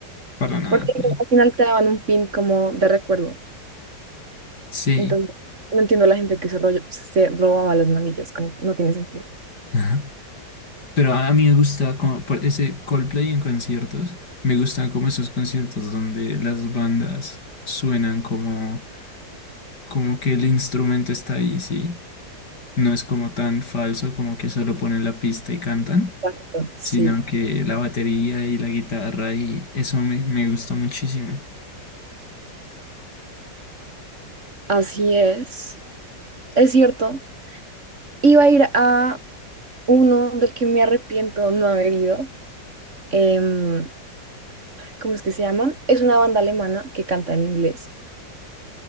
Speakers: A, on the left (about 65°); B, on the right (about 40°).
A: Para nada,
B: Porque
A: sí.
B: al final te daban un pin como de recuerdo.
A: Sí.
B: Entonces, no entiendo la gente que se, rollo- se robaba las manillas, como- no tiene sentido.
A: Ajá. Pero a mí me gusta como por ese Coldplay en conciertos. Me gustan como esos conciertos donde las bandas suenan como, como que el instrumento está ahí, sí. No es como tan falso, como que solo ponen la pista y cantan.
B: Exacto. Sí,
A: sino que la batería y la guitarra y eso me, me gustó muchísimo.
B: así es. Es cierto. Iba a ir a uno del que me arrepiento no haber ido. em, ¿cómo es que se llaman? Es una banda alemana que canta en inglés.